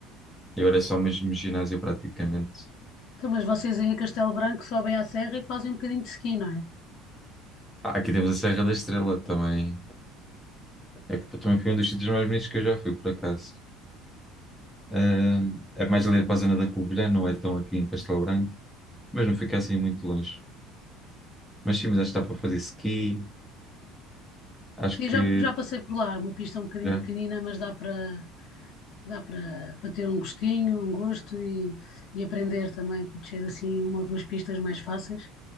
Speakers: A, in the centre; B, on the left.
A: e agora é só mesmo ginásio praticamente.
B: Então, Mas vocês aí em Castelo Branco sobem à serra e fazem um bocadinho de ski, não é?
A: Ah, aqui temos a Serra da Estrela que também. É que também foi um dos sítios mais bonitos que eu já fui, por acaso. Ah, é mais ali para a zona da Covilhã, não é tão aqui em Castelo Branco, mas não fica assim muito longe. Mas sim, mas acho que dá para fazer ski, Acho
B: Sim,
A: que
B: já, já passei por lá, é uma pista um bocadinho
A: já.
B: pequenina, mas dá para dá para para ter um gostinho, um gosto e, e aprender também, para descer assim uma ou duas pistas mais fáceis,